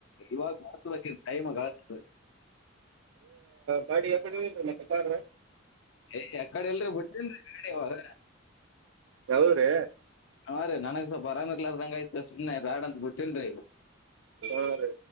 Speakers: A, on the left; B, on the right.
A: ಇವಾಗ <unintelligible> ಕೈಮ ಕಲಸು
B: ಬಾಡಿ ಎ ಮತ್ತೆ ಪಾರ
A: ಯ್ ಯ ಕಡೆ ಎಲ್ರೂ ಬಿಟ್ಟನ್ ಅಡೆ ಇವಾಗ
B: ಯಾವದ್ರೀ
A: ಹಾ ರೀ ನನಗ್ ಸ್ವಲ್ಪರಂಗರ್ಲಾರದಂಗ ಐತೆ ಸುಮ್ನೆ ಬ್ಯಾಡ ಅಂತ ಬಿಟ್ಟೇನ್ರಿ ಈಗ
B: ಹಾ ರೀ